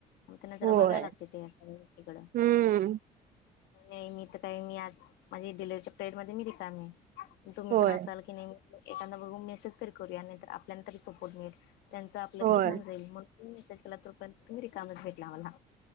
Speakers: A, on the left (about 85°); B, on the right (about 55°).
A: म त्यां जरा
B: होय
A: बघाय लागतय, ते सगळ्या गोष्टकडं.
B: हम्म
A: नाही, मी तर नाही, मी आज माझी डिलवररीच्या पिरीडेट मध्ये मी रिकामी आहे. तुम्ही
B: होय
A: पण असाल की नाही, एखादा बघू मेसेज तरी करूया, नाहीतर आपल्याना तरी सपोर्ट मिळेल. त्यांचं आपलं
B: होय
A: तरी होऊन जाईल, म्हणून <unintelligible> मेसेज केला, तोपयंत तुम्ही रिकामच भेटला मला.